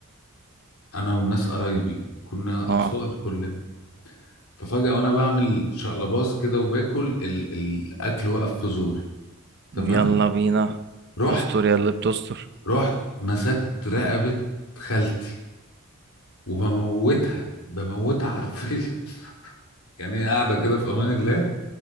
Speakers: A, on the left; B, on the right.
A: انا والناس قرايبي كنا
B: اه
A: اطفال كلنا ففجأة وانا بعمل شقلباظ كده وباكل ال الاكل وقف في زوري تمام
B: يلا بينا
A: رحت
B: استر يا اللي بتستر
A: رحت مسكت رقبة خالتي وبموتها بموتها حرفيا <laughs> يعني هي قاعدة كده في امان الله